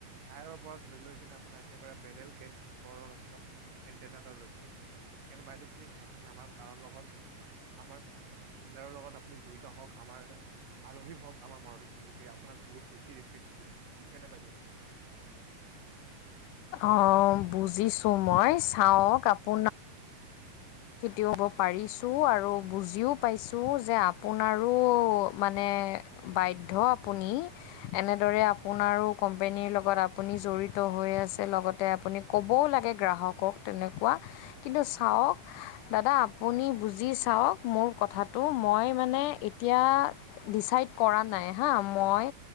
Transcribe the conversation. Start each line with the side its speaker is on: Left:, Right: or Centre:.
Right: টাইয়ৰৰ পৰা ধৰি লৈ কিনে আপোনাৰ একেবাৰে বেৰেল গেট ওপৰৰ একদম এণ্টেনাডাললৈকে - কিন্তু বাইদেউ প্লিজ আপুনি আমাৰ কাৰো লগত আমাৰ ডিলাৰৰ লগত আপুনি জড়িত হওঁক আমাৰ আলহী হওক আমাৰ মাৰুতি চুজুকি আপোনাক বহুত বেছি ৰিকুৱেষ্ট কৰিছো বুজিছেনে বাইদেউ
Left: অ বুজিছো মই চাওঁক আপোন ছিটিও হব পাৰিছোঁ আৰু বুজিও পাইছোঁ যে আপোনাৰো মানে বাধ্য আপুনি এনেদৰে আপোনাৰো কোম্পেনীৰ লগত আপুনি জড়িত হৈ আছে লগতে আপুনি ক'বও লাগে গ্ৰাহকক তেনেকুৱা কিন্তু চাওঁক দাদা আপুনি বুজি চাওঁক মোৰ কথাটো মই মানে এতিয়া ডিচাইড কৰা নাই হা মই